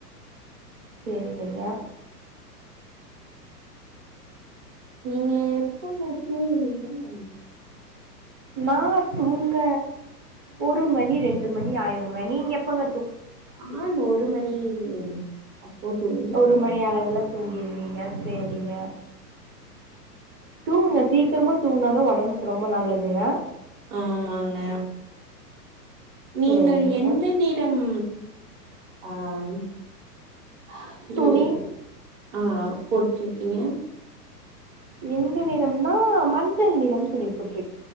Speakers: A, on the right; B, on the right.
A: சேரிங்க
B: நீங்க எப்பமா தூங்குவீங் ம்
A: நா தூங்க ஒரு மணி ரெண்டு மணி ஆயிருங்க நீங்க எப்பங்
B: ஆ நூறு மணி <unintelligible> தூங்கிடுவேங்க
A: ஒரு மணி அளவுல தூங்கிருவீங்க சேரிங்க தூங்குங்க சீக்கிரமா தூங்குனாதா ஒடம்புக்கு ரொம்ப நல்லதுங்க
B: ஆமாங்க நீங்கள்
A: சரிங்க
B: எந்த நிறம் ஆம் <unintelligible>
A: துணி
B: ஆ ஆ போட்ருக்கீங்க
A: எந்த நிறம்னா மஞ்சள் நிறம் துணி புடிக்